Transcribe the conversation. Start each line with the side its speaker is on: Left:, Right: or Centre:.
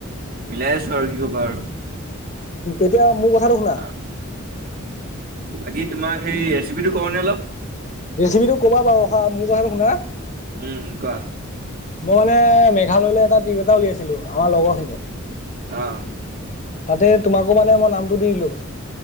Right: মিলাই আছো আৰু কি কবা আৰু
Left: এতিয়া মোৰ কথাটো শুনা
Right: অ', বাকী তোমাৰ সেই ৰেচিপিটো কওনে অলপ
Left: ৰেচিপি টো ক'ৰপৰা পাওঁ ৰখা মোৰ জেগাটো কোনে
Right: উম, কোৱা
Left: মই হ'লে মেঘালয়লৈ এটাক টিম এটা উলিয়াইছিলোঁ আমাৰ লগৰ খিনিয়ে।
Right: অ'
Left: তাতে তোমাকো মানে মই নামটো দি দিলোঁ।